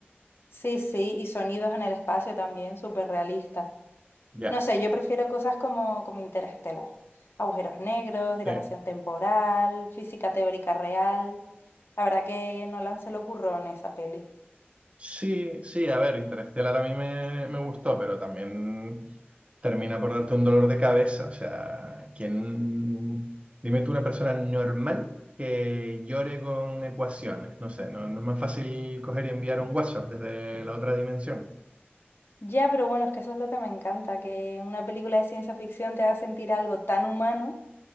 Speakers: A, on the left; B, on the right.
A: sí, sí, y sonidos en el espacio también, súper realistas.
B: Ya,
A: No sé, yo prefiero cosas como, como Interestelar, agujeros negros, dilatación
B: sí.
A: temporal, física teórica real. La verdad que Nolan se le ocurrió en esa peli.
B: Sí, sí, a ver, Interestelar a mí me, me gustó, pero también termina por darte un dolor de cabeza. O sea, ¿quién? Dime tú una persona normal que llore con ecuaciones. No sé, no, no es más fácil coger y enviar un WhatsApp desde la otra dimensión.
A: Ya, pero bueno, es que eso es lo que me encanta, que una película de ciencia ficción te haga sentir algo tan humano